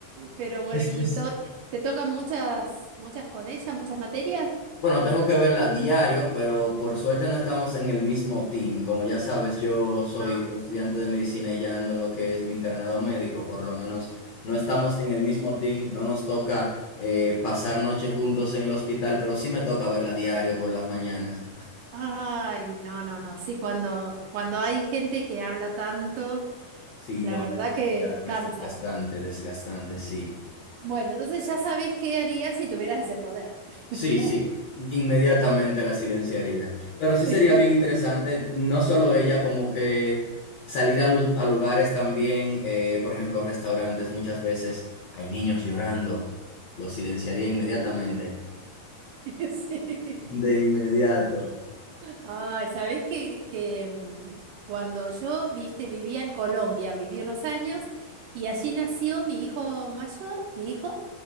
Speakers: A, on the right (about 75°); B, on the left (about 85°).
A: Pero bueno,
B: Es,
A: y
B: es-
A: to- te tocan muchas, muchas con ella, muchas materias.
B: Bueno, tengo que verla a diario, pero por suerte no estamos en el mismo team. Como ya sabes, yo soy
A: Ah.
B: estudiante de medicina y ya ando en lo que es mi internado médico. Por lo menos no estamos en el mismo team, no nos toca eh, pasar noches juntos en el hospital, pero sí me toca verla a diario por las mañanas.
A: Ay, no, no, no. Sí, cuando, cuando hay gente que habla tanto,
B: Sí,
A: la
B: no,
A: verdad
B: es demasiado,
A: que cansa.
B: es desgastante, desgastante, sí.
A: Bueno, entonces ya sabés qué harías si tuvieras ese poder. <laughs>
B: Sí,
A: Ya-
B: sí, inmediatamente la silenciaría. Pero sí
A: sí,
B: sería bien interesante, no solo ella, como que salir a, lu- a lugares también, eh, por ejemplo, restaurantes, muchas veces hay niños llorando, lo silenciaría inmediatamente.
A: <laughs> sí.
B: De inmediato.
A: Ay, sabés que, que, mm, cuando yo, viste, vivía en Colombia, viví unos años y allí nació mi hijo mayor, mi hijo,